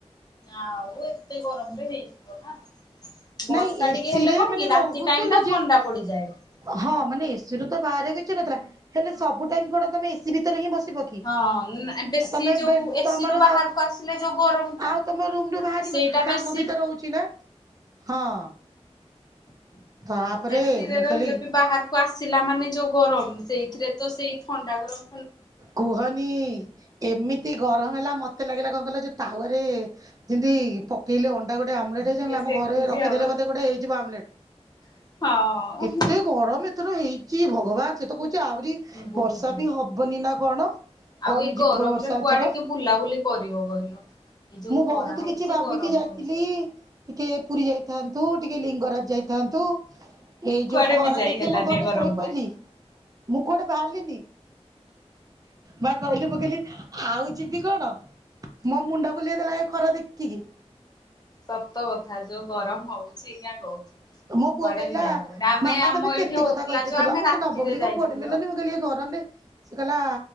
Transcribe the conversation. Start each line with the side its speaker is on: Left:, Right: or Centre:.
Left: ଆଉ ଏତେ ଗରମରେ ହେଇଯିବ ନା। ବର୍ଷା
Right: ନାଇଁ ଏସିରେ
Left: ଟିକେ ହେଲେ କଣ
Right: ମାନେ
Left: କି ରାତି
Right: ରହୁଥିଲୁ
Left: ଟାଇମ ଟା
Right: ଯେ
Left: ଥଣ୍ଡା ପଡିଯାଏ ଟିକେ
Right: ହଁ ମାନେ ଏସି ର ତ ବାହାରେ କିଛ ନଥିଲା ହେଲେ ସବୁ ଟାଇମ କଣ ତମେ ଏସି ଭିତରେ ହିଁ ବସ ଥିବ କି
Left: ହଁ ବେଶୀ
Right: ତମେ
Left: ଯୋଉ ଏସି
Right: ତମର
Left: ରୁ ବାହାରକୁ ଆସିଲେ ଯୋଉ ଗରମ ଟା
Right: ଆଉ ତମ ରୁମ୍ ରୁ ବାହାରିବନି
Left: ସେଇଟା
Right: କି କାମ
Left: ବେଶୀ
Right: ବି ତ ରହୁଛି ନା। ହଁ। <unintelligible>
Left: ଏସିି ରେ
Right: ମୁଁ
Left: ରହିଲେ
Right: କହିଲି
Left: ବି ବାହାରକୁ ଆସିଲା ମାନେ ଯୋଉ ଗରମ। ସେଇଥିରେ ତ ସେଇ ଥଣ୍ଡାଗରମ୍
Right: କୁହନି ଏମିତି ଗରମ ହେଲା ମତେ ଲାଗିଲା କଣ କହିଲ ତାୱା ରେ ଯେନ୍ତି କଲେ ଅଣ୍ଟା ଗୋଟେ ଆମଲେଟ ହେଇ
Left: କିଏ
Right: ଆମ
Left: ସେକୁଛି
Right: ଘରେ ରଖିଦେଲେ
Left: ଆଉ
Right: ବୋଧେ ଗୋଟେ ହେଇଯିବ ଆମଲେଟ
Left: ହଁ
Right: ଏତେ ଗରମ ଏ <unintelligible> ହେଇଛି ଭଗବାନ ସେ ତ କହୁଚି ଆହୁରି
Left: ବହୁତ
Right: ବର୍ଷା
Left: ହେଇଛି।
Right: ବି ହବ୍ ଦିନ କଣ?
Left: ଆଉ
Right: କମିଯିବ
Left: ଏ ଗରମ
Right: ବର୍ଷା
Left: ରେ କୁଆଡେ
Right: ଏଥର
Left: କି ବୁଲାବୁଲି କରିବ କହିଲ। ଏଇ ଯୋଉ
Right: ମୁଁ
Left: ଖରା
Right: ବହୁତ
Left: ହଉଛି
Right: କିଛି ଭାବିକି
Left: ଗରମ
Right: ଯାଇଥିଲି
Left: ହଉଛି
Right: ଟିକେ ପୁ ଯାଇଥାନ୍ତୁ ଟିକେ ଲିଙ୍ଗରାଜ ଯାଇଥାନ୍ତୁ ଏଇ
Left: କୁଆଡେ
Right: ଯୋଉ ଖରା
Left: ବି ଯାଇ
Right: ଦେଖି
Left: ହେଲାନି
Right: ମୁଁ ଘରେ
Left: ଗରମ
Right: ଶୋଇ ପଇଲିି।
Left: ପାଇଁ।
Right: ମୁଁ କୁଆଡେ ବାହାରିଲିନି ମା କହିଲି ମୁଁ କହିଲି ଆଉ ଯିବି କଣ? <unintelligible> ବୁଲେଇ ଦେଲା ଏ ଖରା ଦେଖିକି।
Left: ସତ କଥା ଯୋଉ ଗରମ ହଉଛି କିଆଁ କହୁଛ।
Right: ମୋ ପୁଅ
Left: କୁଆଡେ
Right: କହିଲା
Left: ବି ଯାଇ ହବନି ଆମେ
Right: ମାମା
Left: ଆମ
Right: ତମେ
Left: ଏଇଠି
Right: କେତେ
Left: ହଉଥିଲା
Right: କଥା କହିକି
Left: ଯୋଉ
Right: ଆ।
Left: ଆମେ
Right: ମତେ
Left: ରାତିରେ
Right: ନବ ବୋଲି
Left: ଯାଇଥିଲୁ
Right: କଣ କୁଆଡେ ନେଲନି
Left: ବା।
Right: ମୁଁ କହିଲି ଗରମରେ କହିଲା